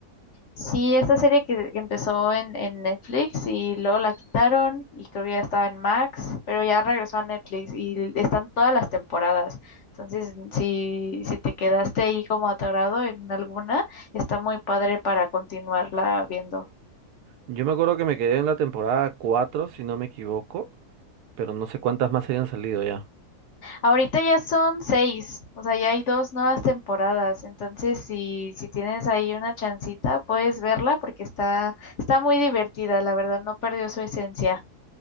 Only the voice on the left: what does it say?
Sí, esta serie que empezó en, en Netflix y luego la quitaron y creo que ya estaba en Max, pero ya regresó a Netflix y están todas las temporadas. Entonces, si, si te quedaste ahí como atorado en alguna, está muy padre para continuarla viendo.
Ahorita ya son seis, o sea, ya hay dos nuevas temporadas. Entonces, si, si tienes ahí una chancita, puedes verla porque está, está muy divertida, la verdad, no perdió su esencia.